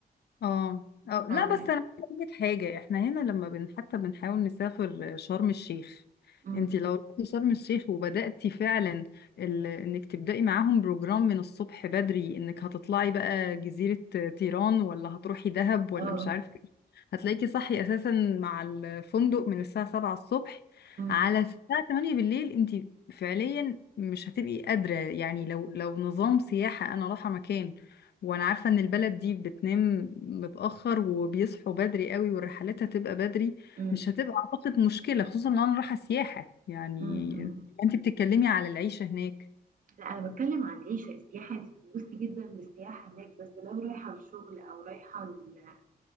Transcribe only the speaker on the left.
اه أو لا
بس انا عايزة اقول لك حاجه احنا هنا لما بن حتى بنحاول نسافر شرم الشيخ
انت لو رحتي شرم الشيخ وبداتي فعلا ال... انك تبداي معاهم بروجرام من الصبح بدري انك هتطلعي بقى جزيره تيران ولا هتروحي دهب ولا
مش عارفه ايه هتلاقيكي صحي اساسا مع الفندق من الساعه 7 الصبح
على الساعه 8 بالليل انت فعليا مش هتبقي قادره يعني لو لو نظام سياحه انا رايحه مكان وانا عارفة ان البلد دي بتنام متأخر وبيصحوا بدري قوي والرحلات هتبقى بدري
مش هتبقى اعتقد مشكلة خصوصا لو انا رايحة سياحة يعني
انت بتتكلمي على العيشة هناك